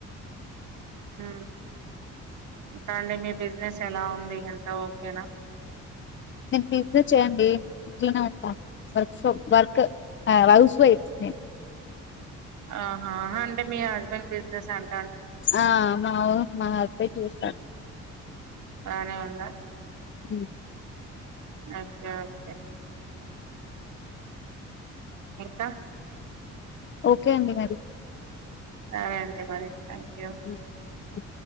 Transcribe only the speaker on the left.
నేను ఫ్రిఫర్ చేయండి ఇంట్లోనే ఉంటా వర్క్ ఆ హౌస్ వైఫ్ నేను
ఆ మవో మా హస్బెండ్ చూస్తాడు
ఉ
ఓకే అండి మరి
అ అ